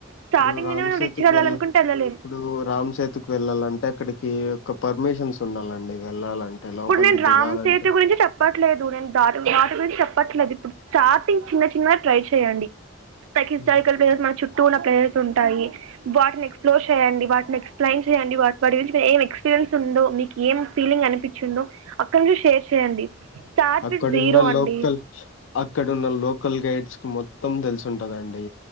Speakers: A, on the right; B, on the left.
A: స్టార్టింగ్
B: ఇప్పుడు రామ్
A: నుండి మనం
B: సేతుకి
A: రిచ్గా వెళ్ళాలనుకుంటే
B: వెళ్ళ
A: వెళ్ళలేము
B: ఇప్పుడు రామ్సేతికి వెళ్ళాలంటే అక్కడికి ఒక పర్మిషన్స్ ఉండాలిండి వెళ్ళాలంటే లోపలికి
A: ఇప్పుడు నేను రామ్
B: దిగాలంటే
A: సితె గురించి చెప్పట్లేదు నేను దా దాటి గురించి చెప్ప చెప్పట్లేదు ఇప్పుడు స్టార్టింగ్ చిన్న చిన్నవి ట్రై చేయండి పైక్ హిస్టారికల్
B: హ్మ్.
A: ప్లేసెస్ మన చుట్టూ. టూర్ ప్లేసెస్ ఉంటాయి వాని ఎస్ప్లోర్ చేయండి వాటిని ఎక్స్ప్లెయిన్ చేయండి వాటి వాటి గురించి ఏం ఎక్స్పీరియ. ఉందో మీకు ఏం ఫీలింగ్ అనిపించిందో అక్కడి నుంచి షేర్ చేయండి స్టార్ట్
B: అక్కడున్న
A: విత్ జీరో అండి
B: లోకల్ అక్కడున్న లోకల్ గైడ్స్ మొత్తం తెలుసుంటదండి